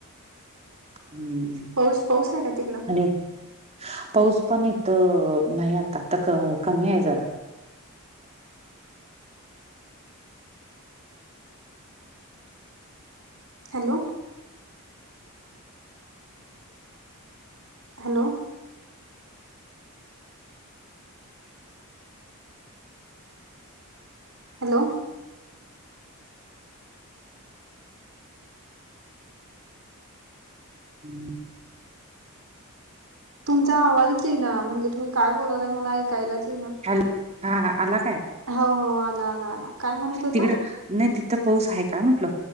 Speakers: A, on the right; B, on the right.
A: हम्म.
B: पाऊस, पाऊस आहे का तिकडं?
A: आणि पाऊस पण इथं नाही आताता क कमी आहे जरा.
B: हॅलो! हॅलो! हॅलो!
A: हम्म!
B: तुमचा आवाजच ये ना म्हणजे तुम्ही काय बोलाय मला ऐकायलाच ये ना.
A: हॅलो हा ह अला
B: हो हो आला आला आला काय म्हणत होता?
A: तिकडं नाही तिथं पाऊस आहे का म्हटलं?